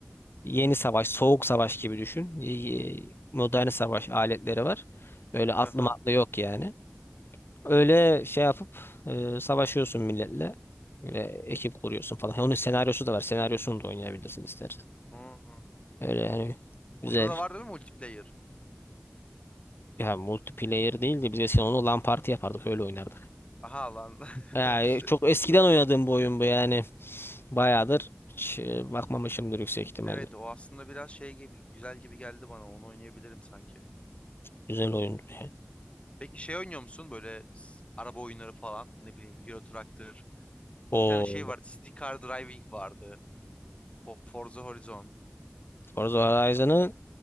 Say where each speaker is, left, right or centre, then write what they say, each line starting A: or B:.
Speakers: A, on the left (about 60°); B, on the left (about 30°).
A: yeni savaş, soğuk savaş gibi düşün. E, e, modern savaş aletleri var. Öyle atlı
B: Hı hı.
A: matlı yok yani. Öyle şey yapıp e, savaşıyorsun milletle. Böyle ekip kuruyorsun falan. Onun senaryosu da var. Senaryosunu da oynayabilirsin istersen.
B: Hmm.
A: Öyle yani
B: Onda
A: güzel.
B: da var değil mi multiplayer?
A: Ya multiplayer değil de biz eskiden onu LAN party yapardık öyle oynardık.
B: Aha lan.
A: Yani
B: <laughs>
A: çok eskiden oynadığım bu oyun bu yani. Bayağıdır hiç e, bakmamışımdır yüksek ihtimalle.
B: Evet o aslında biraz şey gibi güzel gibi geldi bana. Onu oynayabilirim sanki.
A: Güzel oyundu ya.
B: Peki şey oynuyor musun böyle s- araba oyunları falan ne bileyim Euro Truck'tır.
A: O
B: Bir tane şey vardı City Car Driving vardı. Ho- Forza Horizon.
A: Forza Horizon'ı